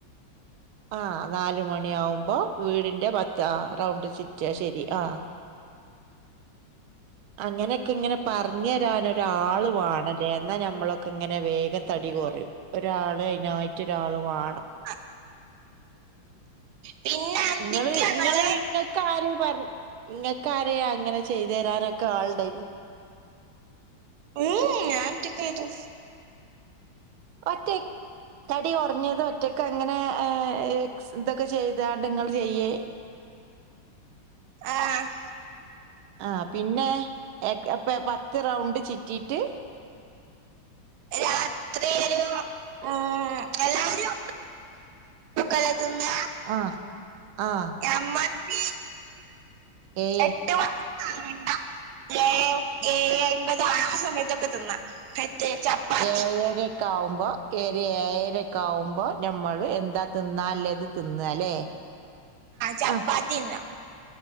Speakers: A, on the right (about 85°); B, on the right (about 60°).
A: ആഹ് നാല മണി ആവുമ്പോ വീടിന്റെ പത്ത് ആഹ് റൗണ്ട് ചിറ്റ കേ ശരി ആഹ് അങ്ങനെയൊക്കെ ഇങ്ങനെ പറഞ്ഞ തരാൻരാള വാണ് ല്ല എന്നാൽ നമ്മളൊക്കെ ഇങ്ങനെ വേഗം തടി കുറയും ഒരാള് അതിനായിട്ട ഒരാളു വാ
B: ആ, പിന്നെ അന്തിക്ക്
A: നിങ്ങള്
B: ഞങ്ങള്
A: നിങ്ങള്ങ്ങൾക്ക് ആര് പറ നിങ്ങക്കാരെയ അങ്ങനെ ചെയ്തു തരാനൊക്കെ ആളണ്ട ഇനി
B: ഉം ഞാൻറ്റക്ക ചെയതു
A: ഒറ്റക് തടി ഉറഞ്ഞത് ഒറ്റക്ക അങ്ങനെ എക്സ് ഇതൊക്കെ ചെയ്താണ്ട് നിങ്ങൾ ചെയ്യേ
B: ആഹ്
A: ആഹ് പിന്നെ അപ്പൊ പത്ത് റൗണ്ട് ചിറ്റിട്ട്
B: രാത്രി ഒരു ഉം എല്ലാവരും <unintelligible>
A: ആഹ് ആഹ്
B: നമ്മക്ക്
A: ഏയേ
B: എട്ട് <unintelligible> സമയത്തൊക്കെ തിന്നാം മറ്റേ ചപ്പാത്തി
A: ഏഴരക്കെ ആകുമ്പോ ഏരി ഏരക്കെ ആകുമ്പോ നമ്മള് എന്താ തിന്നല്ലേത് തിന്ന അല്ലേ
B: ചപ്പാത്തി
A: ആ
B: തിന്നാം